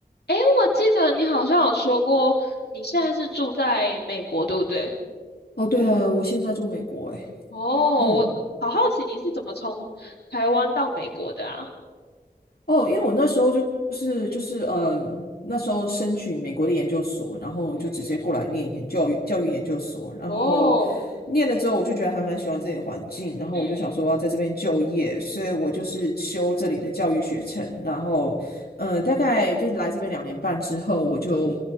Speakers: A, on the left (about 85°); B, on the left (about 70°).
A: 诶，我记得你好像有说过，你现在是住在美国，对不对？
B: 哦，对啊，我现在住美国诶，
A: 哦，
B: 嗯，
A: 我好好奇你是怎么从台湾到美国的啊？
B: 哦，因为我那时候就就是就是呃，那时候申请美国的研究所，然后就直接过来念研教育教育研究所，
A: 嗯，
B: 然后念了之后，
A: 哦，
B: 我就觉得还蛮喜欢这里的环境，然后我就想说要在这边就业，
A: 嗯嗯嗯，
B: 所以我就是修这里的教育学程，然后呃，大概就是来这边两年半之后，我就